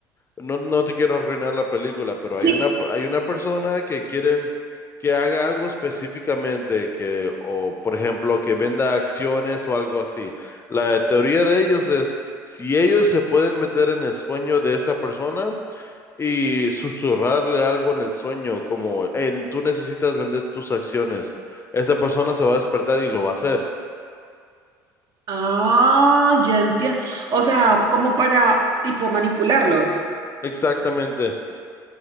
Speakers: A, on the left; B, on the right.
A: No, no te quiero arruinar la película, pero hay
B: Sí.
A: una, hay una persona que quieren que haga algo específicamente, que, o por ejemplo, que venda acciones o algo así. La teoría de ellos es, si ellos se pueden meter en el sueño de esa persona y susurrarle algo en el sueño, como, "Hey, tú necesitas vender tus acciones, esa persona se va a despertar y lo va a hacer.
B: Ah, ya entiendo. O sea, como para tipo manipularlos.
A: Exactamente.